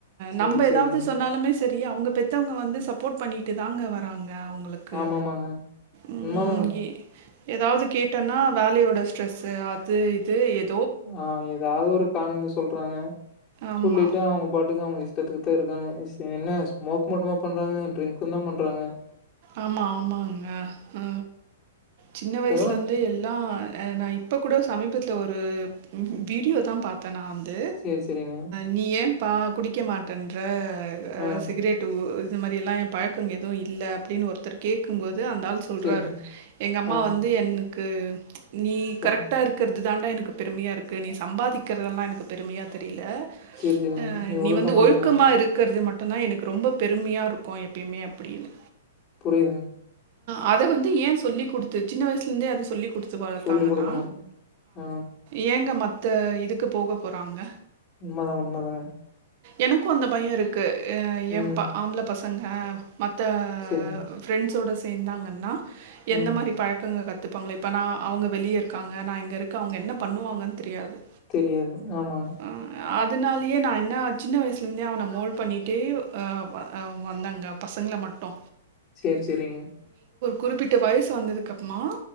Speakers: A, on the left; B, on the right.
A: சரி,
B: நம்ம
A: சரிங்க.
B: ஏதாவது சொன்னாலுமே செரி அவங்க பெத்தவங்க வந்து சப்போர்ட் பண்ணிட்டு தாங்க வராங்க அவங்களுக்கு.
A: ஆமாமாங்க
B: ம்
A: உண்ம தான்
B: எ ஏதாவது கேட்டேன்னா வேலையோட ஸ்ட்ரெஸ்ஸு அது இது எ
A: ஆஹ ஏதாவது ஒரு காரணத்த சொல்றாங்க
B: ஆமா.
A: சொல்லிட்டு அவுங்க பாட்டுக்க அவங்க த இருக்காங்க என்ன ஸ்மோக் மட்டுமா பண்றாங்க ட்ரிங்க்ஸ் தான் பண்றாங்க
B: ஆமா ஆமாங்க ஆ சின்ன
A: இப்பலாம்
B: வயசுல இருந்தே எல்லா நான் இப்போ கூட சமீபத்தில் ஒரு வீடியோ தான் பார்த் நான் வந்து
A: சேரி சேரிங்க
B: நீ எ ப்ப குடிக்க மாட்டேன்ற
A: ஆ
B: சிகரேட் ரு இது மாரி எல்லா என் பழக்கம் எதுவு இல்ல அப்டின்னு ஒருத்த கேகும்போது அந்தால் சொல்றாரு
A: சேரிங்க
B: எங்க அம்மா
A: ஆ
B: வந்து எனக் <unintelligible> நீ
A: சொல்
B: கரெக்டா இருக்குற இதான்ட எனக் பெருமையா இருக்கு நீ சம்பாதிக்கிற தெல்லா எனக்கு பெருமையா தெரிய இந்த
A: சேரி சேரிங்க
B: நீ வந்து ஒழுக்கமா
A: இருக்கு
B: இருக்கிற மட்டு தான் எனக்கு ரொம்ப பெருமையா இருக் பக்கம் எப்பயுமே அப்படின்னு
A: புரிது
B: ஆது வந்து ஏ சொல்லி கொடுத்து சின்ன வயசுல இருந்தே அத சொல்லி கொடுத்து வளத்தாங்கன்னா
A: சொல்லி குடுக்கணு ஆ
B: ஏங்க ம இந்த இதுக்கு போக போறாங்க
A: உண்ம தா உண்ம தாங்க
B: எனக்கு அந்த பயே இருக்கு
A: ம்
B: எம் ஆம்பல பசங் அங்காப் மத்த
A: சேரிங்க
B: ஃப்ரெண்ட்ஸோட சேர்ந்தாங்கன்னா எந்த
A: ம்
B: மாதிரி பழக்கங்க க இப்போவுங்களே இப்ப நா அவுங்க வெளியே இருக்காங்க நா இங்கே இருக்க அவுங்க என்ன பண்ணுவாங்க தெரியாது
A: தெரியாது ஆமா
B: அ அதனாலயே நா என்ன சின்ன வயசுலேருந்தே அவன மோல்டு பண்ணிகிட்டே அ அ வந்தாங்க பசங்கள மட்டு
A: செரி செரிங்க
B: குறிப்பிட்ட வயசு வந்ததுக்க அப்புறமா